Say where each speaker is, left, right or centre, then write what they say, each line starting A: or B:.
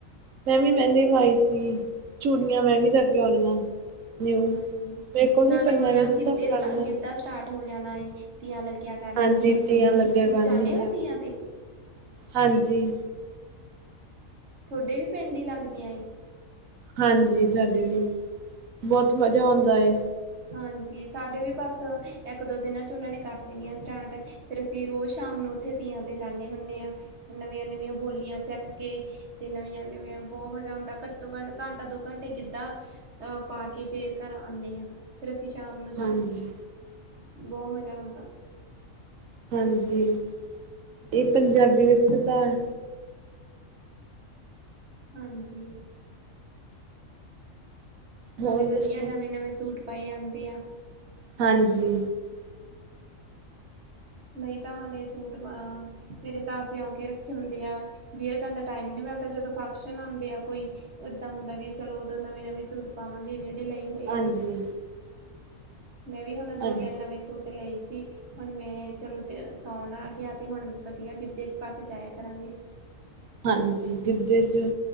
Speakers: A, on the right (about 80°); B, on the right (about 55°).
A: ਮੈਂ ਵੀ ਮਹਿੰਦੀ ਲਾਈ ਸੀ। ਚੂੜੀਆਂ ਮੈਂ ਵੀ ਲੇ ਕੇ ਆਉਣੀਆਂ। ਨਿਊ,
B: ਹਨ
A: ਮੇਰੇ ਕੋਲ
B: ਨਾਲੇ
A: ਵੀ ਪਈਆਂ
B: ਹੁਣ
A: ਵੈਸੇ
B: ਆ ਗਿੱਧੇ
A: ਤਾਂ ਪੁਰਾਣੀਆਂ।
B: ਸਟ ਗਿੱਧਾ ਸਟਾਰਟ ਹੋ ਜਾਣਾ ਏ ਧੀਆਂ ਲੱਗਿਆ ਕਰਨਗੀਆਂ
A: ਹਾਂਜੀ ਤੀਆਂ ਲੱਗਿਆ
B: ਤੁਸੀਂ
A: ਗਾਣ
B: ਜਾਂਦੇ
A: ਨਹੀਂ ਦੀਆਂ
B: ਹੋ ਤੀਆਂ ਤੇ
A: ਹਾਂਜੀ
B: ਤੁਹਾਡੇ ਵੀ ਪਿੰਡ ਹੀ ਲੱਗਦੀਆਂ ਏ।
A: ਹਾਂਜੀ ਸਾਡੇ ਵੀ ਬਹੁਤ ਮਜ਼ਾ ਆਉਂਦਾ ਐ।
B: ਹਾਂਜੀ ਸਾਡੇ ਵੀ ਬਸ ਇੱਕ ਦੋ ਦਿਨਾਂ ਚ ਉਹਨਾਂ ਨੇ ਕਰ ਦੇਣੀ ਆ ਸਟਾਰਟ ਫਿਰ ਅਸੀਂ ਰੋਜ਼ ਸ਼ਾਮ ਨੂੰ ਉੱਥੇ ਤੀਆਂ ਤੇ ਜਾਂਦੇ ਹੁੰਦੇ ਹਾਂ ਨਵੀਆਂ ਨਵੀਆਂ ਬੋਲੀਆਂ ਸਿੱਖ ਕੇ ਤੇ ਨਵੀਆਂ ਨਵੀਆਂ ਬਹੁਤ ਮਜ਼ਾ ਹੁੰਦਾ ਘੱਟ ਤੋਂ ਘੱਟ ਘੰਟਾ ਦੋ ਘੰਟੇ ਗਿੱਧਾ ਗਿੱਦਾ ਪਾ ਕੇ ਫਿਰ ਘਰ ਆਨੇ ਆ। ਫਿਰ ਅਸੀਂ ਸ਼ਾਮ ਨੂੰ ਜਾ
A: ਹਾਂਜੀ
B: ਬਹੁਤ ਮਜ਼ਾ ਆਉਂਦਾ
A: ਹਾਂਜੀ ਇਹ ਪੰਜਾਬੀ ਦੇ ਕਿਦਾਰ
B: ਹਾਂਜੀ ਨਾਲੇ
A: ਹੋਰ
B: ਵਧੀਆ
A: ਦੱਸੋ
B: ਨਵੇਂ ਨਵੇਂ ਸੂਟ ਪਾਈ ਜਾਂਦੇ ਆ।
A: ਹਾਂਜੀ
B: ਨਹੀਂ ਤਾਂ ਹਾਲੇ ਸੂਟ ਅ ਮੇਰੇ ਤਾਂ ਸਿਉ ਕੇ ਰੱਖੇ ਹੁੰਦੇ ਆ ਵੀਰੇ ਤੁਹਾਡਾ ਟਾਈਮ ਹੀ ਨਹੀਂ ਮਿਲਦਾ ਜਦੋਂ ਫੰਕਸ਼ਨ ਆਉਂਦੇ ਆ ਕੋਈ ਉਦਾਂ ਹੁੰਦਾ ਵੀ ਚਲੋ ਉਦੋਂ ਨਵੇਂ ਨਵੇਂ ਸੂਟ ਪਾਵਗੇ ਜਿਹੜੇ ਲਏ ਹੋਏ
A: ਹਾਂਜੀ
B: ਆ ਮੈਂ ਵੀ ਹੁਣ ਦੋ
A: ਹਾਂਜੀ
B: ਤਿੰਨ ਨਵੇਂ ਸੂਟ ਲਏ ਸੀ। ਹੁਣ ਮੈਂ ਚਲੋ ਤੇ ਸਾਉਣ ਆ ਗਿਆ ਤੇ ਹੁਣ ਵਧੀਆ ਗਿੱਧੇ ਚ ਪਾ ਕੇ ਜਾਇਆ ਕਰਾਂਗੇ।
A: ਹਾਂਜੀ ਗਿੱਧੇ ਚ